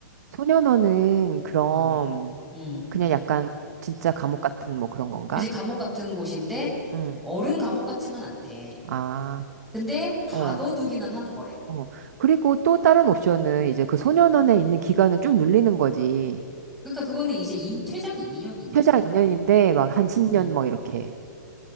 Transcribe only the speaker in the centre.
어, 음.
그지 감옥 같은 곳인데
어른 감옥 같지는 않대.
근데 가둬두기는
하는 거래.
그러니까 그거는 이제 이, 최장 2년이니까.
음.